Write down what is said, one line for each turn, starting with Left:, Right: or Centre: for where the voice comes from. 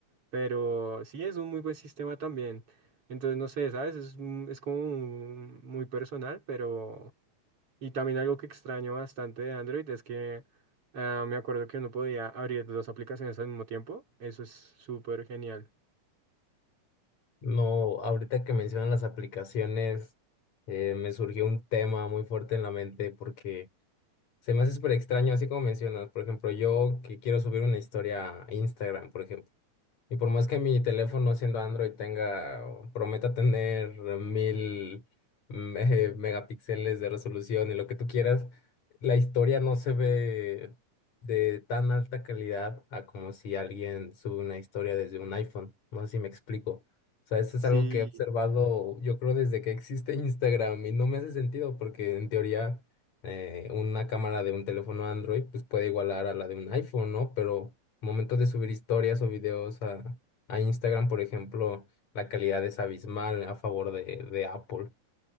Right: Pero sí es un muy buen sistema también. Entonces, no sé, ¿sabes? Es, un- es como un- muy personal, pero... Y también algo que extraño bastante de Android es que ah, me acuerdo que uno podía abrir dos aplicaciones al mismo tiempo. Eso es súper genial.
Left: No, ahorita que mencionan las aplicaciones, eh, me surgió un tema muy fuerte en la mente porque se me hace súper extraño, así como mencionas, por ejemplo, yo que quiero subir una historia a Instagram, por ejemplo. Y por más que mi teléfono siendo Android tenga, o prometa tener mil mm, eh, megapíxeles de resolución y lo que tú quieras, la historia no se ve de tan alta calidad a como si alguien sube una historia desde un iPhone. No sé si me explico. O sea, eso
Right: Sí,
Left: es algo que he observado, yo creo, desde que existe Instagram y no me hace sentido porque en teoría eh, una cámara de un teléfono Android pues puede igualar a la de un iPhone, ¿no? Pero momento de subir historias o videos a, a Instagram, por ejemplo, la calidad es abismal a favor de, de Apple.